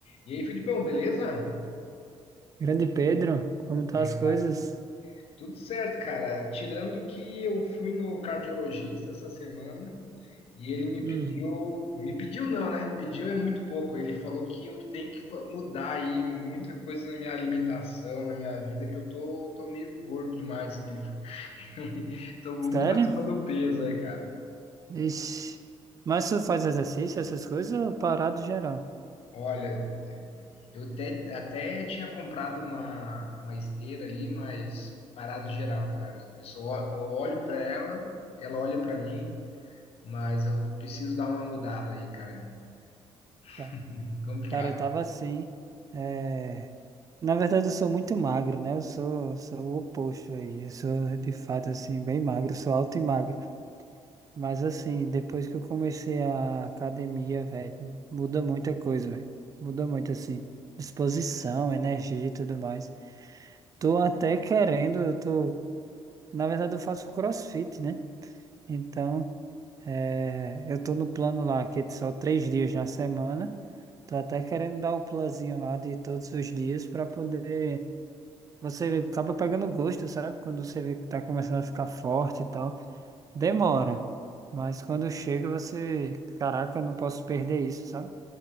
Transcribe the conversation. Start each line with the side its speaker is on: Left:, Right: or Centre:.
Left: E aí, Filipão, beleza?
Right: Grande Pedro, como tá
Left: Como é
Right: as
Left: que
Right: coisas?
Left: tá? Tudo certo, cara. Tirando que eu fui no cardiologista essa semana e ele me
Right: Hum,
Left: pediu, me pediu não, né? Pediu é muito pouco. Ele falou que eu tenho que fa- mudar aí muita coisa na minha alimentação, na minha vida, que eu tô, tô meio gordo demais, que ele <laughs> tô muito
Right: sério?
Left: acima do peso, né, cara?
Right: Ixi. Mas tu faz exercício, essas coisas, ou parado geral?
Left: Olha, eu até, até tinha comprado uma, uma esteira ali, mas parado geral, cara. Eu só eu olho pra ela, ela olha pra mim, mas eu preciso dar uma mudada aí, cara. <laughs>
Right: Tá.
Left: Complicado.
Right: Cara, eu tava assim. é, Na verdade, eu sou muito magro, né? Eu sou, sou o oposto aí. Eu sou, de fato, assim, bem magro. Sou alto e magro. Mas, assim, depois que eu comecei a academia, velho, muda muita coisa, velho. Muda muito, assim. Disposição, energia e tudo mais. Tô até querendo, eu tô. Na verdade, eu faço CrossFit, né? Então, é, eu tô no plano lá, que é só três dias na semana. Tô até querendo dar o plazinho lá de todos os dias para poder. Você acaba pegando gosto, sabe? Quando você vê que tá começando a ficar forte e tal. Demora. Mas quando chega, você. Caraca, eu não posso perder isso, sabe?